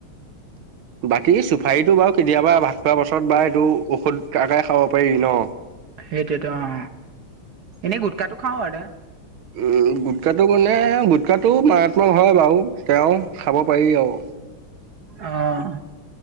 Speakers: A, on the right; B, on the right.
A: বাকী চুফাৰীটো বাৰু কেতিয়াবা ভাত খোৱা পাছত বা। টো ঔষধ আকাৰে খাব পাৰি ন।
B: সেইটোতো অ এনেই গুটখটো খাও আৰু।
A: উ গুটকাটো মানে গুটকাটো মাৰাত্মক হয় বাৰু তেওঁ খাব পাৰি আৰু।
B: আহ